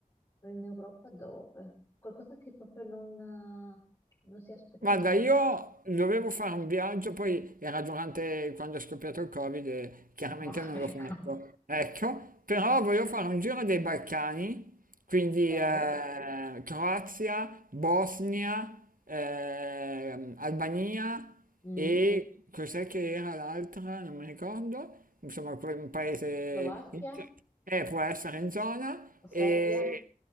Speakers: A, on the left; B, on the right.
A: Però in Europa dove? Qualcosa che proprio non, eh, non si aspettava.
B: Guarda, io dovevo fare un viaggio, poi era durante quando è scoppiato il Covid e chiaramente
A: No,
B: non
A: <laughs>
B: l'ho fatto.
A: ecco.
B: Ecco, però volevo fare un giro dei Balcani, quindi
A: Ok.
B: eh, Croazia, Bosnia, ehm, Albania
A: Mm.
B: e cos'è che era l'altra? Non mi ricordo. Insomma, que- un paese...
A: Slovacchia
B: in- Eh, può essere in zona
A: o Serbia?
B: e...